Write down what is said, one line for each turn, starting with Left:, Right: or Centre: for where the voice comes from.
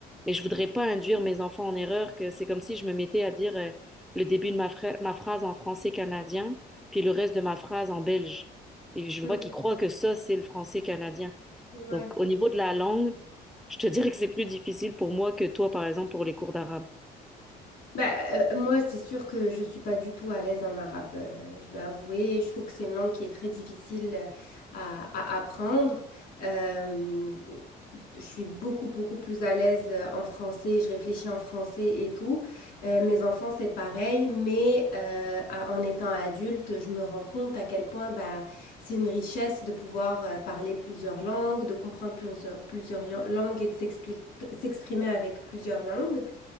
Centre: mais je voudrais pas induire mes enfants en erreur, que c'est comme si je me mettais à dire euh, le début de ma, fra- ma phrase en français canadien, puis le reste de ma phrase en belge. Et je veux
Left: Mhm.
Centre: pas qu'ils croient que ça, c'est le français canadien.
Left: Ouais.
Centre: Donc, au niveau de la langue, je te <laughs> dirais que c'est plus difficile pour moi que toi, par exemple, pour les cours d'arabe.
Left: Bah, euh, moi, c'est sûr que je suis pas du tout à l'aise en arabe. euh, je vais avouer, je trouve que c'est une langue qui est très difficile euh, à, à apprendre. Euh, je suis beaucoup, beaucoup plus à l'aise euh, en français, je réfléchis en français et tout. Euh, mes enfants, c'est pareil, mais euh, à- en étant adulte, je me rends compte à quel point bah, c'est une richesse de pouvoir euh, parler plusieurs langues, de comprendre plusieurs, plusieurs langues et de s'expli- s'exprimer avec plusieurs langues.